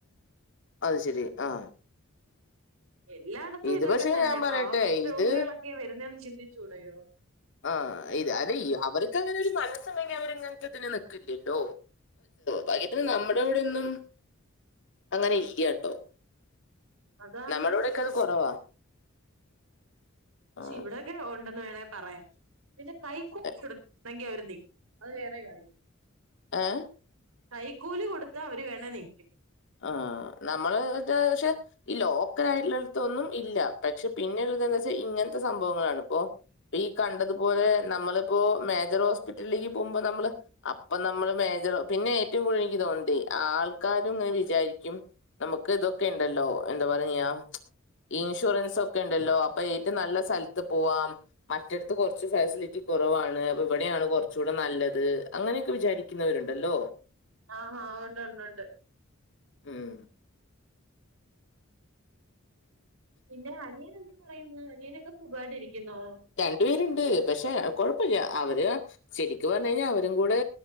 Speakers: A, on the left; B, on the right.
A: അത് ശരി ആ
B: എല്ലായിടത്തും
A: ഇത്
B: ഇതൊക്കെ
A: പക്ഷെ
B: തന്നെ
A: ഞാൻ പറയട്ടെ
B: പാവം രോഗികളൊക്കെ
A: ഇത്
B: വരുന്നന്ന് ചിന്തിച്ചുടയോ
A: ആഹ് അതെ അവർക്ക് അങ്ങനെ ഒരു മനസ്സുണ്ടെങ്കിൽ അവർ ഇങ്ങനത്തെ ഒരു ഇദിന് നിൽക്കില്ലല്ലോ ഭാഗ്യത്തിന് നമ്മുടെ ഇവിടെ ഒന്നും അങ്ങനെ ഇല്ലയാട്ടോ
B: അതാണ്
A: നമ്മുടെ ഇവിടെയൊക്കെ അത് കുറവാ
B: പക്ഷെ
A: ആ,
B: ഇവിടെയൊക്കെ ഉണ്ടെന്ന് വേണമങ്കിൽ പറയാം പിന്നെ കൈക്കൂലി
A: എ-
B: കൊടുണെങ്കിൽ അവര് നികുതി അത് വേറെ കാരം
A: ആഹ
B: കൈക്കൂല് കൊടുത്ത അവര് വേണേ നിൽക്കും
A: ആഹ നമ്മള്ഡെ പക്ഷെ ഈ ലോക്കല് ആയിട്ടുള്ളവരുടെ അടത്തൊന്നും ഇല്ല പക്ഷെ പിന്നെ ഒരു ഇത് എന്താന്ന് വെച്ചാൽ ഇങ്ങനത്തെ സംഭവങ്ങളാണ് ഇപ്പോ ഈ കണ്ടതുപോലെ നമ്മള്പ്പോ മേജർ ഹോസ്പിറ്റലിലേക്ക് പോമ്പോ നമ്മള് അപ്പം നമ്മള് മേജർ പിന്നെ ഏറ്റവും കൂടുതൽ എനിക്ക് തോന്ന്ന്നതെ ആൾക്കാരും ഇങ്ങനെ വിചാരിക്കും നമുക്ക് ഇതൊ ഒക്കെണ്ടല്ലോ എന്താ പറയാ ഞാ ഇൻഷുറൻസ് ഒക്കെണ്ടല്ലോ അപ്പൊ ഏറ്റം നല്ല സ്ഥല ത്ത് പോവാം മറ്റട്ത് കൊറച്ച് ഫെസിലിറ്റി കൊറവാണ് അപ്പ ഇവിടെയാണ് കുറച്ചൂടെ നല്ലത് അങ്ങനെയൊക്കെ വിചാരിക്കുന്നവരുണ്ടല്ലോ
B: ആഹാ ഉണ്ട് ണ്ട് ണ്ട്
A: ഉം
B: പിന്നെ അനിയൻ എന്ത് പറയുന്ന് അനിയനൊക്കെ സുഖായിട്ടിരിക്കുന്നോ
A: രണ്ട് പേര്ണ്ട് പക്ഷെ കുഴപ്പല്ല അവര് ശരിക്ക്‌ പറഞ്ഞ്കഴിഞ്ഞ അവരും കൂടെ